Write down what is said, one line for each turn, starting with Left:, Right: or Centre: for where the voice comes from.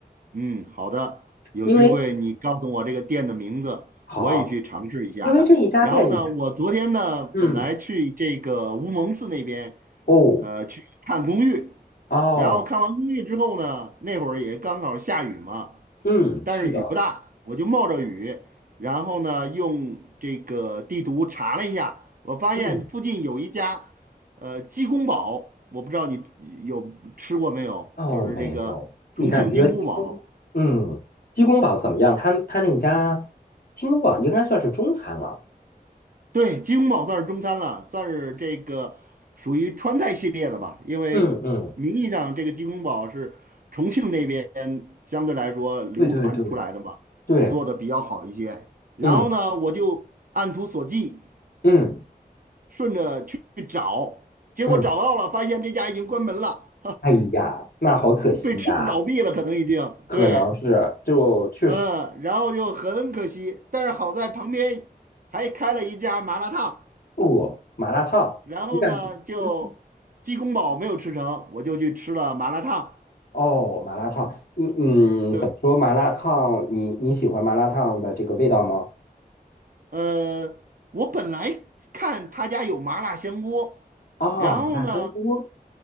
Right: 嗯，好的，有机会你告诉我这个店的名字，
Left: 因为好，
Right: 我也去尝试一下。
Left: 因为这一家店里面，
Right: 然后呢，我昨天呢本来去这个乌蒙寺那边，
Left: 嗯，哦，
Right: 呃，去看公寓，
Left: 哦，
Right: 然后看完公寓之后呢，那会儿也刚好下雨嘛，
Left: 嗯，
Right: 但是雨不大，
Left: 是的，
Right: 我就冒着雨，然后呢用这个地图查了一下，我发现附近有一家，
Left: 嗯。
Right: 呃，鸡公煲，我不知道你有吃过没有，
Left: 哦，
Right: 就是这个重庆金菇煲。
Left: 没有。你感觉鸡公，嗯，鸡公煲怎么样？他他那家鸡公煲应该算是中餐了。
Right: 对，鸡公煲算是中餐了，算是这个属于川菜系列的吧。因为名义上这个鸡公煲是重庆那边
Left: 嗯嗯，
Right: 相对来说流传出来的吧，
Left: 对对对对，
Right: 做的比较好一些。然后呢，
Left: 嗯
Right: 我就按图索骥，
Left: 嗯
Right: 顺着去找，结果找到了，
Left: 嗯。
Right: 发现这家已经关门了，
Left: 哎呀，那好可惜呀、
Right: 被吃倒闭了，可能已经对，
Left: 可能是就确实
Right: 嗯，然后就很可惜。但是好在旁边还开了一家麻辣烫。
Left: 饿麻辣烫。
Right: 然后呢，
Left: 你感觉？
Right: 就鸡公煲没有吃成，
Left: 嗯
Right: 我就去吃了麻辣烫。
Left: 哦，麻辣烫，嗯嗯，
Right: 对，
Left: 怎么说？麻辣烫，你你喜欢麻辣烫的这个味道吗？
Right: 呃，我本来看他家有麻辣香锅，
Left: 啊、
Right: 然后呢，
Left: 麻辣香锅。